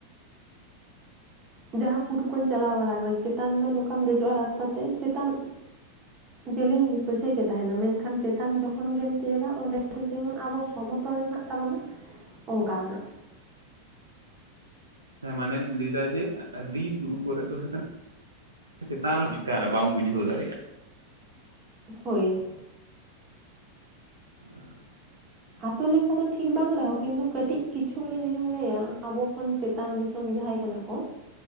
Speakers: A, on the right; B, on the right.
A: ᱡᱟᱦᱟᱸ ᱯᱩᱨᱩ ᱠᱚᱧ ᱪᱟᱞᱟᱣ ᱵᱟᱲᱟ ᱠᱟᱱᱟ ᱪᱮᱛᱟᱱ ᱫᱚ ᱱᱚᱝᱠᱟᱢ ᱫᱮᱡᱚᱜᱼᱟ ᱨᱟᱥᱛᱟ ᱛᱮ ᱪᱮᱛᱟᱱ ᱡᱮᱞᱮᱧ ᱜᱮ ᱥᱚᱡᱷᱮ ᱜᱮ ᱛᱟᱦᱮᱸᱱᱟ, ᱢᱮᱱᱠᱷᱟᱱ ᱪᱮᱛᱟᱱ ᱡᱚᱠᱷᱚᱱ ᱜᱮᱢ ᱛᱤᱭᱟᱹᱜᱟ ᱚᱸᱰᱮ ᱫᱚ ᱡᱮᱢᱚᱱ ᱟᱵᱚ ᱥᱚᱢᱚᱛᱚᱞ ᱢᱮᱱᱟᱜ ᱛᱟᱵᱚᱱᱟ, ᱚᱝᱠᱟᱱᱟᱜ᱾
B: ᱦᱮᱸ ᱢᱟᱱᱮᱢ ᱞᱟᱹᱭᱫᱟ ᱡᱮ ᱟᱹᱰᱤ ᱵᱩᱨᱩ ᱠᱚᱨᱮ ᱫᱚ ᱦᱩᱭᱩᱜ ᱠᱟᱱᱟ ᱪᱮᱛᱟᱱ ᱨᱮ, ᱪᱮᱛᱟᱱ ᱨᱮ ᱵᱟᱢ ᱵᱩᱡᱷᱟᱹᱣ ᱫᱟᱲᱮᱭᱟᱜ
A: ᱦᱳᱭ᱾
B: ᱚᱻ᱾
A: ᱟᱛᱳ ᱞᱮᱠᱟ ᱫᱚ ᱴᱷᱤᱠ ᱵᱟᱝ ᱨᱮᱦᱚᱸ ᱠᱤᱱᱛᱩ ᱠᱟᱹᱴᱤᱡ ᱠᱤᱪᱷᱩ ᱜᱟᱱ ᱚᱸᱰᱮ ᱡᱩᱫᱤᱢ ᱞᱟᱹᱭᱟ ᱟᱵᱚ ᱠᱷᱚᱱ ᱪᱮᱛᱟᱱ ᱫᱤᱥᱚᱢ ᱡᱟᱦᱟᱸᱭ ᱠᱟᱱᱟ ᱠᱚ,